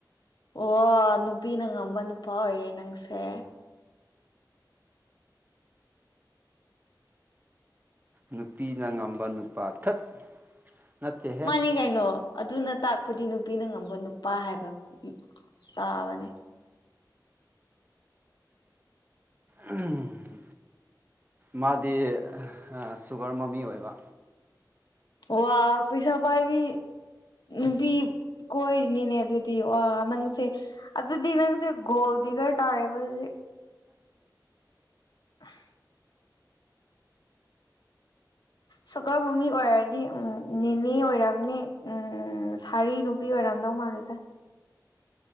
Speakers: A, on the left (about 65°); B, on the right (about 25°).
A: ꯑꯣ ꯅꯨꯄꯤꯅ ꯉꯝꯕ ꯅꯨꯄꯥ ꯑꯣꯏꯔꯦ ꯅꯪꯁꯦ
B: ꯅꯨꯄꯤꯅ ꯉꯝꯕ ꯅꯨꯄꯥ ꯊꯠ ꯅꯠꯇꯦꯍꯦ
A: ꯃꯥꯅꯤ ꯀꯩꯅꯣ ꯑꯗꯨ ꯅ ꯇꯥꯛꯄꯗꯤ ꯅꯨꯄꯤꯅ ꯉꯝꯕ ꯅꯨꯄꯥ ꯍꯥꯏꯕ ꯆꯥꯕꯅꯤ
B: ꯎꯝ ꯃꯥꯗꯤ ꯁꯨꯒꯔ ꯃꯃꯤ ꯑꯣꯏꯕ
A: ꯋꯥ ꯄꯩꯁꯥ ꯄꯥꯏꯕꯤ ꯅꯨꯄꯤ ꯀꯣꯏꯅꯤꯅꯦ ꯑꯗꯨ ꯋꯥ ꯅꯪꯁꯦ ꯑꯗꯨꯗꯤ ꯅꯪꯁꯦ ꯒꯣꯜ ꯗꯤꯒꯔ ꯇꯥꯔꯦꯕ ꯑꯗꯨꯗꯤ ꯑꯁ ꯁꯨꯒꯔ ꯃꯃꯤ ꯑꯣꯏꯔꯗꯤ ꯎꯝ ꯅꯦꯅꯦ ꯑꯣꯏꯔꯝꯅꯤ ꯎꯝ ꯁꯥꯔꯤ ꯅꯨꯄꯤ ꯑꯣꯏꯔꯝ ꯗꯥꯎ ꯃꯥꯜꯂꯤꯗ